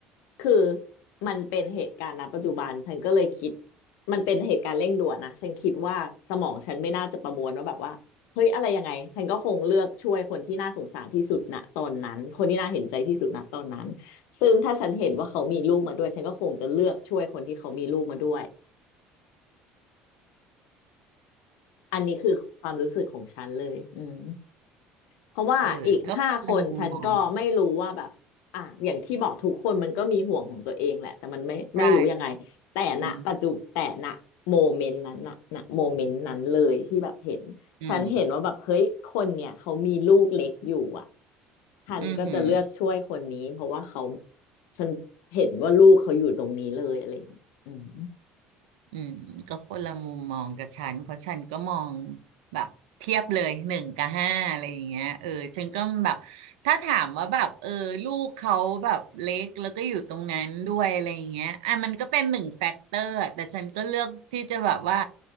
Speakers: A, on the left (about 70°); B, on the right (about 80°).
A: คือมันเป็นเหตุการณ์ณปัจจุบันฉันก็เลยคิดมันเป็นเหตุการณ์เร่งด่วนนะฉันคิดว่าสมองฉันไม่น่าจะประมวลว่าแบบว่าเฮ้ยอะไรยังไงฉันก็คงเลือกช่วยคนที่น่าสงสารที่สุดณตอนนั้นคนที่น่าเห็นใจที่สุดณตอนนั้น ซึ่งถ้าฉันเห็นว่าเขามีลูกมาด้วยฉันก็คงจะเลือกช่วยคนที่เขามีลูกมาด้วยอันนี้คือความรู้สึกของฉันเลยอืม เพราะว่าอีกห้าคนฉันก็ไม่รู้ว่าแบบอ่ะอย่างที่บอกทุกคนมันก็มีห่วงของตัวเองแหละแต่มันไม่ไม่รู้ยังไงแต่ณปัจจุแต่ณโมเมนต์นั้นน่ะณโมเมนต์นั้นเลยที่แบบเห็นฉันเห็นว่าแบบเฮ้ยคนเนี่ยเขามีลูกเล็กอยู่อ่ะ
B: เออก็คนละมุมมองใช่อืมอืม
A: ฉันก็จะเลือกช่วยคนนี้เพราะว่าเขา
B: อืม
A: ฉันเห็นว่าลูกเขาอยู่ตรงนี้เลยอะไรอย่างเงี้ยอืม
B: อืมก็คนละมุมมองกับฉันเพราะฉันก็มองแบบเทียบเลยหนึ่งกับห้าอะไรอย่างเงี้ยเออฉันก็แบบถ้าถามว่าแบบเออลูกเขาแบบเล็กแล้วก็อยู่ตรงนั้นด้วยอะไรอย่างเงี้ยอ่ะมันก็เป็นหนึ่งแฟกเตอร์แต่ฉันก็เลือกที่จะแบบว่า